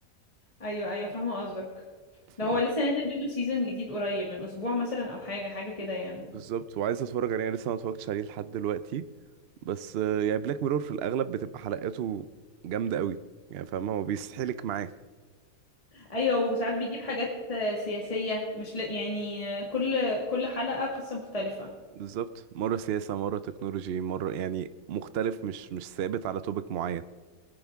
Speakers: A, on the left; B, on the right.
A: ايوه ايوه فاهمه قصدك
B: ف...
A: ده هو لسه نازل منه سيزون جديد قريب من اسبوع مثلا او حاجه حاجه كده يعني
B: بالظبط وعايز اتفرج عليه يعني لسه ما اتفرجتش عليه لحد دلوقتي بس آه، يعني بلاك ميرور في الأغلب بتبقى حلقاته جامدة قوي يعني فاهمة هو بيسحلك معاه
A: ايوه وساعات بيجيب حاجات آه، سياسيه مش ل... يعني آه، كل كل حلقه قصه مختلفه
B: بالظبط مرة سياسة مرة تكنولوجي مرة يعني مختلف مش مش ثابت على توبيك معين